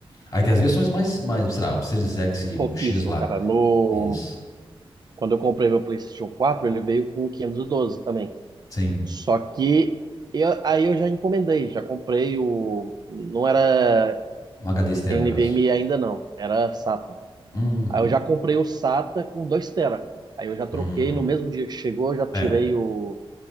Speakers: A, on the left; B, on the right.
A: Aí tem as versões mais, mais, sei lá, o Series X e
B: Pouquíssimo,
A: o X lá.
B: cara. No
A: Eles,
B: Quando eu comprei meu PlayStation 4, ele veio com 512 também.
A: sem
B: Só que eu- aí eu já encomendei, já comprei o. Não era
A: um HD externo,
B: NVMe
A: no caso.
B: ainda não, era SATA.
A: Uhum.
B: Aí eu já comprei o SATA com 2 tera. Aí eu já troquei
A: Hum.
B: no mesmo dia que chegou, eu já tirei
A: É,
B: o,